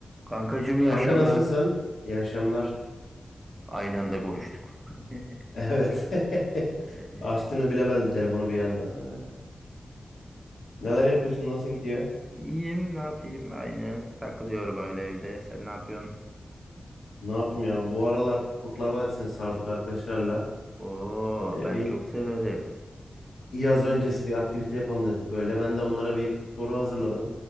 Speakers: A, on the right (about 20°); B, on the left (about 80°).
A: Kankacığım iyi
B: Kanka
A: akşamlar.
B: nasılsın? İyi akşamlar.
A: Aynı anda konuştuk. <laughs>
B: <laughs> Evet. <laughs>
A: Ee,
B: Açtığını bilemedim telefonu bir anda.
A: ha,
B: Neler yapıyorsun? Nasıl gidiyor?
A: İyiyim ne yapayım aynı. Takılıyorum öyle evde. Sen ne yapıyorsun?
B: Ne yapayım ya? Bu aralar Kurtlar Vadisi'ni sardık arkadaşlarla.
A: Oo
B: E,
A: ben
B: bir
A: çok severim.
B: yaz öncesi bir aktivite yapalım dedik böyle. Ben de onlara bir soru hazırladım.